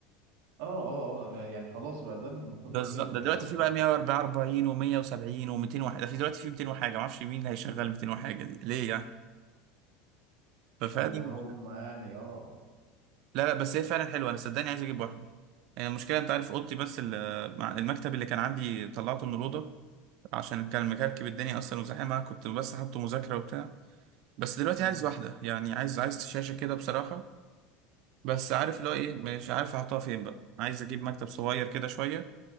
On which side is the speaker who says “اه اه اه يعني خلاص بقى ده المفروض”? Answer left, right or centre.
Right